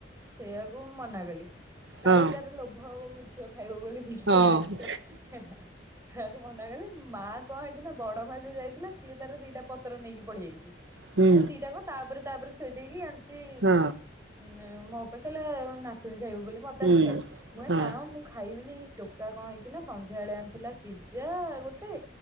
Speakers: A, on the right; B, on the right.
A: ସେଇଆକୁ ମୁଁ ମନା କଲି।
B: ହଁ
A: କାଳେ ତାର ଲୋଭ ହବ ମୋ ଝିଅ ଖାଇବ ବୋଲି ନେଇକି
B: ହଁ
A: ପଳେଇ ଆସିବ ହେ ହେ ହେ ମନା କଲି ମା କଣ ହେଇଛି ନା ବଡ଼ ମା ଯୋଉ ଯାଇଥିଲା ସିଏ ତାର ଦିଟା ପତ୍ର ନେଇକି ପଳେଇଆଇଛି
B: ହୁଁ
A: ମାନେ ଦିଟାଙ୍କ ତାପରେ ତାପରେ ଥୋଇ ଦେଇକି ଆଣିଚି
B: ହଁ
A: ନେ ମୋ ଅପା କଲା ମୋ ନାତୁଣୀ ଖାଇବ ବୋଲି, ମୋତେ
B: ହୁଁ
A: ଆସି କହି, ମୁଁ କଇନି
B: ହଁ
A: ନା ମୁଁ ଖାଇବିନି, ଟୋ କା କଣ ହେଇଛି ନା ସନ୍ଧ୍ୟାବେଳେ ଆଣିଥିଲା ପିଜା ଗୋଟେ,